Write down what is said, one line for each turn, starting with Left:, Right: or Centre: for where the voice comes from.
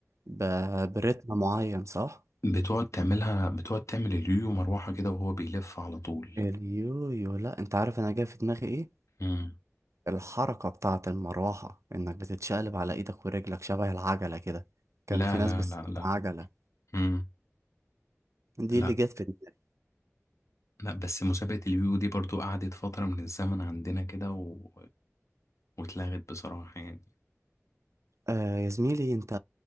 Right: ب... برتم معين صح؟
Left: بتقعد تعملها بتقعد تعمل اليويو مروحة كده وهو بيلف على طول
Right: اليويو لأ أنت عارف أنا جاي في دماغي إيه؟
Left: مم.
Right: الحركة بتاعة المروحة إنك بتتشقلب على إيدك ورجلك شبه العجلة كده كان
Left: لا
Right: في
Left: لا
Right: ناس بس
Left: لا لا
Right: عجلة
Left: مم.
Right: دي
Left: لا
Right: اللي جت في دماغي
Left: لا بس مسابقة اليو دي برضو قعدت فترة من الزمن عندنا كده و... واتلغت بصراحة يعني
Right: آه يا زميلي انت